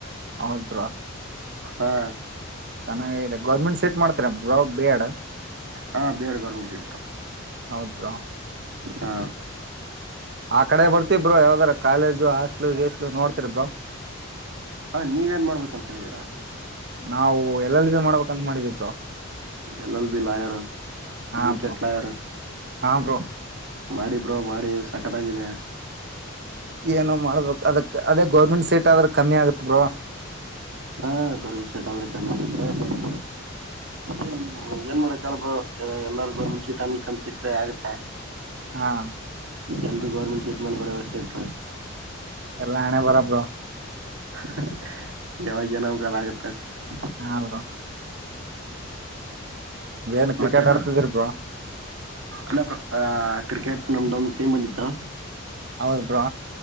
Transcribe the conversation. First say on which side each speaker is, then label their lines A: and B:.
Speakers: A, on the right; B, on the right.
A: ಹೌದ್ರಾ
B: ಹಾ
A: ಚೆನ್ನಾಗಾಗಿದೆ ಗೌರ್ಮೆಂಟ್ ಸೆಟ್ ಮಾಡ್ತಾರ ರಾ ಬೇ್ಯಾಡ
B: ಹಾಂ ಬಿ ಎಡ್ ಗೌರ್ಮೆಂಟ್ ಶಲ್
A: ಹೌದ್ರಾ
B: ಹಾ
A: ಆ ಕಡೆ ಬರ್ತೀ ಬ್ರೋ ಯಾವ್ದಾರ ಕಾಲೇಜು ಹಾಸ್ಟ್ಲು ಜಗಿಸ್ಲೋ ನೋಡ್ತರಿ ಬ್ರೋ
B: ಹ ನೀವ ಏನ್ ಮಾಡ್ಬೇಕ ಅನ್ಕೊಂಡಿದೀರಾ
A: ನಾವು ಎಲ್ಲಲ್ಲಿ ಭ ಮಾಡ್ಬೇಕಂತ ಮಾಡಿದಿದ್ರ
B: ಎಲಲ್ ಬಿ ಲಾಯರ
A: ಹಾ
B: ಎ ವಿಕೆಟ್
A: ಬ್ರೋ
B: ಲಾಯರ್
A: ಹಾ ಬ್ರೋ
B: ಮಾಡಿ ಬ್ರೋ ಮಾಡಿ ಸಕತಾಗಿದೆ
A: ಏನೋ ಮಾಡ್ಬೇಕು ಅದಕ್ಕೆ ಅದೇ ಗೌರ್ಮೆಂಟ್ ಸೀಟ್ ಆದ್ರೆ ಕಮ್ಮಿ ಆಗತ್ ಬ್ರೋ
B: ಹಾ ಗೌರ್ಮೆಂಟ್ ಸೀಟ್ ಆದ್ರೆ ಕಮ್ಮಿ ಆಗುತ್ತೆ ಬಟ್ ಏನ್ ಏನ್ ಮಾಡಕಲ್ ಬ ಎಲ್ಲಾರು ಗೋರ್ಮೆಂಟ್ ಸೀಟ್ ಅನ್ಕನ್ಸಕ್ಕ್ರೆ ಆಗತ್ತಾ
A: ಹಾ
B: ಹ <inaudible> ಗೌರ್ಮೆಂಟ್ ಸೈಟ್ ಮೇಲೆ ಪ್ರೈವಟ್ ಸೈಟ್್
A: ಎಲ್ಲಾ ಹಣೆ ಬರ ಬ್ರೋ
B: ಹ <inaudible> ಯಾವಾಗ್ಯ ಏನಾಗಬೇಕಾದಾಗು ಆಗುತ್ತೆ ತ್ತ <inaudible>
A: ಹಾ ಬ್ರೋ ಏನ್ ಕ್ರಿಕೆಟ್
B: ಮತ್ತೆಬ್ರು
A: ಆಡ್ತಿದಿರಿ ಬ್ರೋ
B: ಎಲ್ಲ ಬರೋ ಆ ಕ್ರಿಕೆಟ್ ನಮ್ದ ಒಂದು ಟೀಮ್ ಬಂದಿತ್ತಾ
A: ಹೌದು ಬ್ರಾ